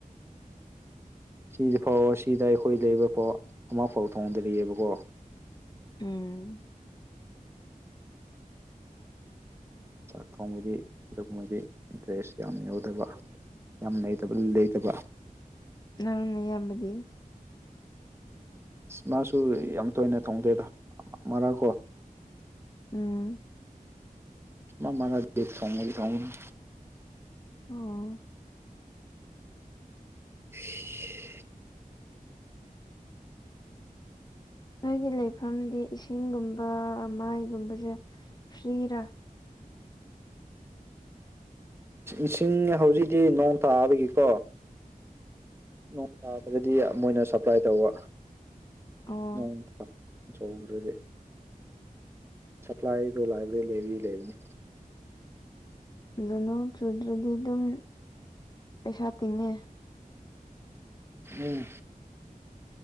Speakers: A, on the right; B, on the left.
A: ꯁꯤꯗꯤ ꯐꯥꯎ ꯁꯤꯗ ꯑꯈꯣꯏ ꯂꯩꯕ ꯐꯥꯎ ꯑꯃꯐꯥꯎ ꯊꯣꯡꯗ꯭ꯔꯤꯕꯀꯣ
B: ꯎꯝ
A: ꯆꯥꯛ ꯊꯣꯡꯕꯗꯤ ꯑꯗꯨꯒꯨꯝꯕꯗꯤ ꯏꯟꯇꯔꯦꯁ ꯌꯥꯝ ꯌꯥꯎꯗꯕ ꯌꯥꯝ ꯂꯩꯇꯕ ꯂꯩꯇꯕ
B: ꯅꯪ ꯅꯌꯥꯝꯕꯗꯤ
A: ꯃꯥꯁꯨ ꯌꯥꯝ ꯇꯣꯏꯅ ꯊꯣꯡꯗꯦꯗ ꯃꯔꯥꯛ ꯀꯣ
B: ꯎꯝ
A: ꯃꯥ ꯃꯔꯛꯇꯤ ꯊꯣꯡꯕꯗꯤ ꯊꯣꯡꯕꯅꯤ
B: ꯑꯣ
A: <unintelligible>
B: ꯅꯣꯏꯒꯤ ꯂꯩꯐꯝꯗꯤ ꯏꯁꯤꯡꯒꯨꯝꯕ ꯃꯥꯏꯒꯨꯝꯕꯁꯦ ꯐ꯭ꯔꯤꯔꯥ
A: ꯏꯁꯤꯡ ꯍꯧꯖꯤꯛꯇꯤ ꯅꯣꯡ ꯇꯥꯕꯒꯤꯀꯣ ꯅꯣꯡ ꯇ ꯑꯗꯨꯗꯤ ꯃꯣꯏꯅ ꯁꯄ꯭ꯂꯥꯏ ꯇꯧꯕ
B: ꯑꯗꯣ
A: ꯅꯣꯡ ꯖꯧꯒ꯭ꯔꯗꯤ ꯁꯄ꯭ꯂꯥꯏꯗꯣ ꯂꯥꯏꯕ꯭ꯔꯗꯩ ꯂꯩ ꯂꯩꯕꯅꯤ
B: ꯗꯣꯅꯣꯡ ꯆꯨꯗ꯭ꯔꯗꯤ ꯑꯗꯨꯝ ꯄꯩꯁꯥ ꯇꯤꯡꯉꯦ
A: ꯎꯝ